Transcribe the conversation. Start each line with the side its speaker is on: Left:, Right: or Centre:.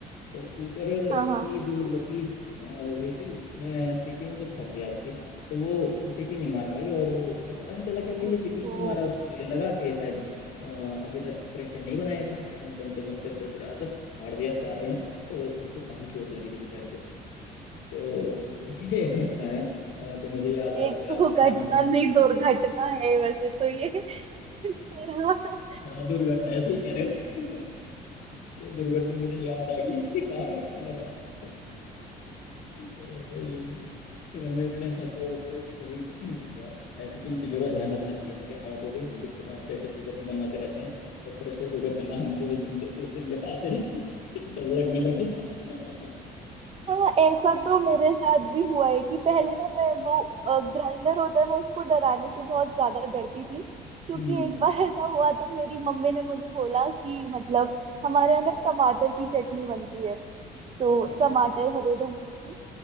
Left: तो कुकर
Right: हाँ
Left: की
Right: हाँ
Left: जो वो थी अ, वेसिल उसमें सीटी में कुछ फंस गया उसकी तो वो सीटी नहीं मार पाई और वो उसे पता नहीं चला कि भाई
Right: ओहो
Left: ये सीटी क्यों नहीं मारा उसको तो ये लगा कि शायद अ, अभी तक प्रेशर नहीं बनाया इतना उसने बनते बनते प्रेशर आया तो फाड़ दिया सारे में तो उसको काफी चोट लगी थी बेचारी को तो <laughs> ये एक घटना है अ, जो मुझे याद
Right: ये
Left: आ गई
Right: तो
Left: आपके
Right: घटना
Left: खाना बनाने
Right: नहीं दुर्घटना
Left: से।
Right: है वैसे तो ये पर
Left: हाँ दुर्घटना ऐसे ही कह रहे हो ये दुर्घटना मुझे याद आ गई कहाँ पे खाना बनाने से ओ भाई फिर हमने इतने हंसे उस पे कि कभी यार ऐसी इन चीजों का ध्यान रखना चाहिए मगर हमको भी हम भी प्रेशर कुकर में बनाते रहते हैं और प्रेशर कुकर से ना हमको उस दिन से उस दिन के बाद से डर लगने लग गया
Right: हाँ हाँ ऐसा तो मेरे साथ भी हुआ है कि पहले ना मैं वो ग्राइंडर होता है मैं उसको डराने से बहुत ज्यादा डरती थी क्योंकि
Left: हम्म
Right: एक बार ऐसा हुआ था मेरी मम्मी ने मुझे बोला कि मतलब हमारे यहाँ ना टमाटर की चटनी बनती है तो
Left: अच्छा
Right: टमाटर हरे धनिए की